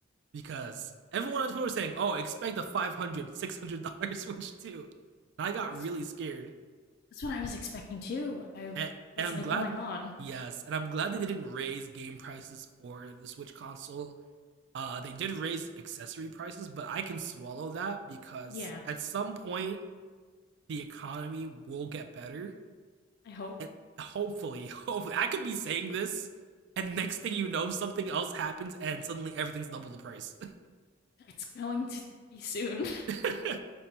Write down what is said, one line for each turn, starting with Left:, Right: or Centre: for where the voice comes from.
Right: because everyone on Twitter was saying, "Oh, expect a 500 600 dollar <laughs> Switch too," and I got
Left: That's
Right: really scared.
Left: that's what I was expecting too. I
Right: and,
Left: was
Right: and I'm
Left: like,
Right: glad.
Left: "Oh my god.
Right: Yes, and I'm glad they didn't raise game prices or the Switch console. Uh, they did raise accessory prices, but I can swallow that because
Left: Yeah,
Right: at some point the economy will get better,
Left: I hope
Right: and hopefully, <laughs> hopefully, I could be saying this, and next thing you know, something else happens, and suddenly everything's double the price.
Left: it's going to be soon."
Right: <laughs>